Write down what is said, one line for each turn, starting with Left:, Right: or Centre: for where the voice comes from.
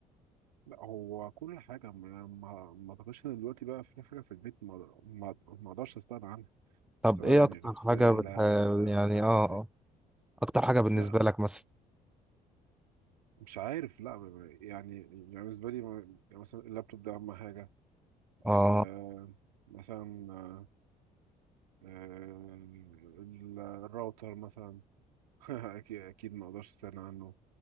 Right: لا هو كل حاجة ما ما ما اعتقدش ان دلوقتي بقى في حاجة في البيت ما ما ما اقدرش استغنى عنها
Centre: طب
Right: سواء
Centre: ايه
Right: يعني
Centre: اكتر
Right: بس
Centre: حاجة
Right: لا
Centre: بتح... يعني اه اه
Right: إيه؟
Centre: اكتر حاجة بالنسبة
Right: لا
Centre: لك مثلا
Right: مش عارف لا يعني يعني بالنسبة لي يعني مثلا اللابتوب ده أهم حاجة
Centre: اه
Right: أه مثلا آه، ال- الراوتر مثلا <laughs> اكيد اكيد ما اقدرش استغنى عنه